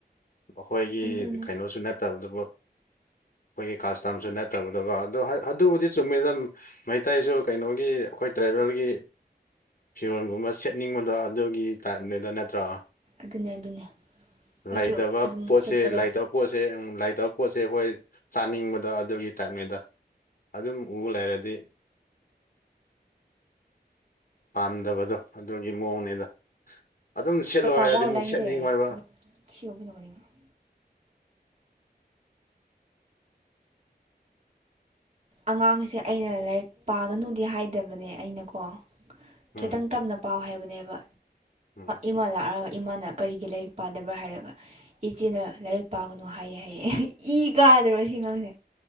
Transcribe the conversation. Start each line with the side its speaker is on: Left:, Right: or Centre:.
Left: ꯑꯩꯈꯣꯏꯒꯤ
Right: ꯑꯗꯨꯅꯦ
Left: ꯀꯩꯅꯣꯁꯨ ꯅꯠꯇꯕꯗꯨꯕꯨ ꯑꯩꯈꯣꯏꯒꯤ ꯀꯥꯁꯇꯝꯁꯨ ꯅꯠꯇꯕꯗꯨꯒ ꯑꯗꯨ ꯑꯗꯨꯕꯨꯗꯤ ꯆꯨꯝꯃꯤꯅ ꯃꯩꯇꯩꯁꯨ ꯀꯩꯅꯣꯒꯤ ꯑꯩꯈꯣꯏ ꯇ꯭ꯔꯥꯏꯕꯦꯜꯒꯤ ꯐꯤꯔꯣꯜꯒꯨꯝꯕ ꯁꯦꯠꯅꯤꯡꯕꯗꯣ ꯑꯗꯨꯒꯤ ꯇꯥꯏꯞꯅꯦꯗ ꯅꯠꯇ꯭ꯔꯣ
Right: ꯑꯗꯨꯅꯦ ꯑꯗꯨꯅꯦ ꯑꯩꯁꯨ
Left: ꯂꯩꯇꯕ
Right: ꯑꯗꯨꯝ
Left: ꯄꯣꯠꯁꯦ
Right: ꯁꯦꯠꯄꯗꯣ
Left: ꯂꯩꯇꯕ ꯄꯣꯠꯁꯦ ꯂꯩꯇꯕ ꯄꯣꯠꯁꯦ ꯑꯩꯈꯣꯏ ꯆꯥꯅꯤꯡꯕꯗꯣ ꯑꯗꯨꯒꯤ ꯇꯥꯏꯞꯅꯤꯗ ꯑꯗꯨꯝ ꯎ ꯂꯩꯔꯗꯤ ꯄꯥꯝꯗꯕꯗꯣ ꯑꯗꯨꯒꯤ ꯃꯑꯣꯡꯅꯦꯗꯥ ꯑꯗꯨꯝ ꯁꯦꯠꯂꯣ
Right: ꯇꯄꯥꯕꯥꯎ
Left: ꯍꯥꯏꯔꯗꯤ ꯑꯃꯨꯛ
Right: ꯂꯥꯏꯟꯗꯦ
Left: ꯁꯦꯠꯅꯤꯡꯉꯣꯏꯕ
Right: <unintelligible> ꯑꯉꯥꯡꯁꯦ ꯑꯩꯅ ꯂꯥꯏꯔꯤꯛ ꯄꯥꯒꯅꯨꯗꯤ ꯍꯥꯏꯗꯕꯅꯦ ꯑꯩꯅꯀꯣ
Left: ꯎꯝ
Right: ꯈꯤꯇꯪ ꯇꯞꯅ ꯄꯥꯎ ꯍꯥꯏꯕꯅꯦꯕ
Left: ꯎꯝ
Right: ꯏꯃꯥ ꯂꯥꯛꯑꯒ ꯏꯃꯥꯅ ꯀꯔꯤꯒꯤ ꯂꯥꯏꯔꯤꯛ ꯄꯥꯗꯕ꯭ꯔꯥ ꯍꯥꯏꯔꯒ ꯏꯆꯦꯅ ꯂꯥꯏꯔꯤꯛ ꯄꯥꯒꯅꯨ ꯍꯥꯏꯌꯦ ꯍꯥꯏꯌꯦ ꯏ ꯀꯥ ꯑꯗꯨꯔꯣ ꯁꯤ ꯑꯉꯥꯡꯁꯦ